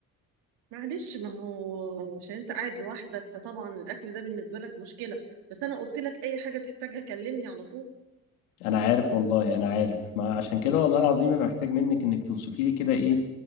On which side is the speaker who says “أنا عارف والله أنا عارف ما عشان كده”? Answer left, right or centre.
Left